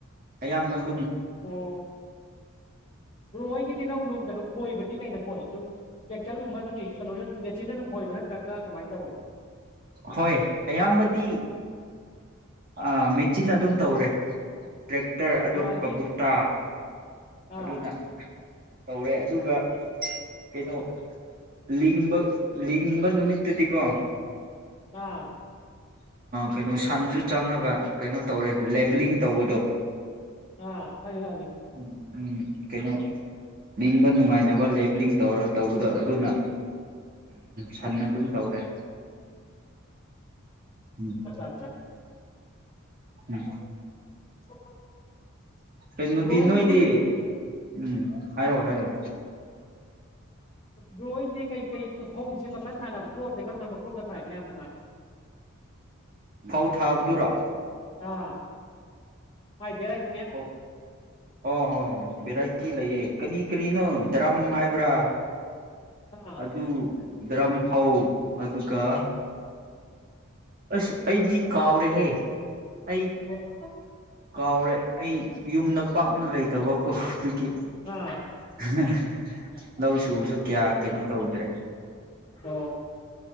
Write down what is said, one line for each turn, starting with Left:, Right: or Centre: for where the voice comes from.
Right: ꯑꯌꯥꯝꯕꯅ
Left: ꯑꯣ ꯕ꯭ꯔ‌ꯣ ꯍ‌ꯣꯏꯒꯤꯗꯤ ꯂꯩ ꯅ‌ꯣꯡꯃꯠꯇ ꯈꯣꯏꯕꯗꯤ ꯀꯩꯅ ꯈꯣꯏ ꯑꯗꯨꯝ ꯇꯦꯛꯇꯔꯒꯨꯝꯕ ꯑꯗꯨꯝ ꯀꯩꯅꯣꯅ ꯑꯗꯨꯝ ꯃꯦꯆꯤꯟꯅ ꯑꯗꯨꯝ ꯈꯣꯏꯕ꯭ꯔꯥ ꯅꯠꯇ꯭ꯔꯒ ꯀꯃꯥꯏꯅ ꯇꯧꯌꯤ
Right: ꯍꯣꯏ ꯑꯌꯥꯝꯕꯗꯤ ꯑ ꯃꯦꯆꯤꯟꯅꯥ ꯑꯗꯨꯝ ꯇꯧꯔꯦ ꯇ꯭ꯔꯦꯛꯇꯔ ꯑꯗꯨ
Left: ꯑꯥ ꯍꯥꯏꯗꯤ
Right: ꯀꯕꯨꯨꯇꯥ
Left: ꯑꯥ
Right: ꯑꯗꯨꯅ ꯇꯧꯔꯦ ꯑꯗꯨꯒ ꯀꯩꯅꯣ ꯂꯤꯡꯕ ꯂꯤꯡꯕ ꯅꯨꯃꯤꯠꯇꯗꯤꯀꯣ
Left: ꯑꯥ
Right: ꯀꯩꯅꯣ ꯁꯟꯁꯨ ꯆꯪꯂꯒ ꯀꯩꯅꯣ ꯇꯧꯔꯦ ꯂꯦꯚꯂꯤꯡ ꯇꯧꯕꯗꯣ
Left: ꯑꯥ ꯈꯪꯉꯦ ꯈꯪꯉꯦ
Right: ꯎꯝ ꯎꯝ ꯀꯩꯅꯣ ꯂꯤꯡꯕ ꯅꯨꯡꯉꯥꯏꯅꯕ ꯂꯦꯕꯂꯤꯡ ꯇꯧꯔ ꯇꯧꯕꯗꯣ ꯑꯗꯨꯅ
Left: ꯑꯥ
Right: ꯁꯟ ꯑꯗꯨꯝ ꯇꯧꯔꯦ ꯎꯝ
Left: ꯑꯠꯆꯥ ꯑꯠꯆꯥ
Right: ꯎꯝ
Left: <inaudible>
Right: ꯀꯅ‌ꯣꯗꯤ
Left: ꯍꯣꯏꯒꯤꯗꯤ
Right: ꯅ‌ꯣꯏꯗꯤ ꯎꯝ ꯍꯥꯏꯔꯣ ꯍꯥꯏꯔꯣ
Left: ꯕ꯭ꯔꯣꯍ‌ꯣꯏꯗꯤ ꯀꯩꯀꯩ ꯐꯧꯁꯦ ꯃꯈꯟ ꯊꯥꯅꯕ ꯀ꯭ꯔꯣꯞꯇ ꯈ ꯊꯝꯕ ꯀ꯭ꯔꯣꯞꯇ ꯊꯥꯏ ꯑꯌꯥꯝꯕꯅ
Right: ꯐꯧ ꯊꯥꯕꯗꯨꯔꯣ
Left: ꯑꯥ ꯌꯥꯏ ꯚꯔꯥꯏꯇꯤ
Right: ꯑꯣ ꯍꯣ ꯍ‌ꯣ ꯍ‌ꯣ ꯍ‌ꯣ ꯚꯦꯔꯥꯏꯇꯤ ꯂꯩꯌꯦ ꯀꯔꯤ ꯀꯔꯤꯅꯣ ꯗ꯭ꯔꯝ ꯍꯥꯏꯕ꯭ꯔꯥ
Left: ꯑꯥ
Right: ꯑꯗꯨ ꯗ꯭ꯔꯝꯐꯧ ꯑꯗꯨꯒ ꯑꯁ ꯑꯩꯗꯤ ꯀꯥꯎꯔꯦꯍꯦ ꯑꯩ
Left: ꯑꯣ
Right: ꯀꯥꯎꯔꯦ ꯑꯩ ꯌꯨꯝꯗ ꯄꯥꯛꯅ ꯂꯩꯇꯕꯀꯣ ꯑꯗꯨꯒꯤ ꯎꯝ
Left: ꯑꯥ
Right: ꯂꯧ ꯁꯁꯨ ꯀꯌꯥ ꯀꯩꯅꯣ ꯇꯧꯗ꯭ꯔꯦ
Left: ꯑꯣ